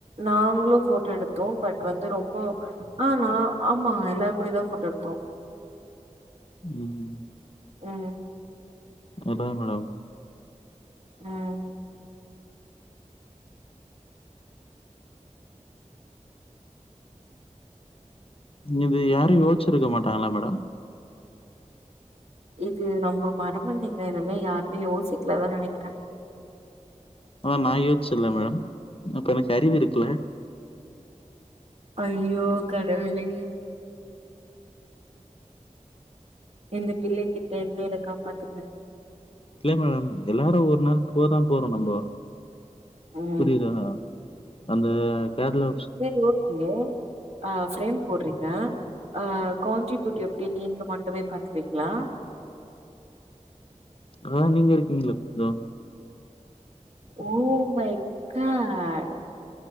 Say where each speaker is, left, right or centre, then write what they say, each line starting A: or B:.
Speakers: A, on the right; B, on the left.
A: நாங்களு போட்டோ எடுத்தோ பட் வந்து ரொம்ப ஆஹ் நா ஆமா எல்லாரு கூடயு தா போட்டோ எடுத்தோ
B: ம் ம்
A: ம்
B: அதா மேடம்
A: ம்
B: இது யாரு யோசிச்சிருக்க மாட்டாங்களா மேடம்
A: இது நம்ம மரமண்டங்க இதுலா யாருமே யோசிக்கலதா நெனைக்கற
B: அதா நா யோசிச்சேன்ல மேடம் அப்ப எனக்கு அறிவு இருக்குல
A: அய்யோ கடவுளே இந்த பிள்ளை கிட்ட இருந்து என்ன காப்பாத்துங்க
B: இல்ல மேடம் எல்லாரும் ஒரு நாள் போதா போறோ நம்ப
A: ம்
B: புரிதா அந்த கேரளா
A: சேரி ஓகேங்க ஆ ஃப்ரேம் போடுறீங்க அ கண்ட்ரிபியூட் எப்டி நீங்க மட்டுமே பாத்துபீங்களா
B: ஆஹ் அதா நீங்க இருக்கீங்களே <unintelligible>
A: ஓ மை காட்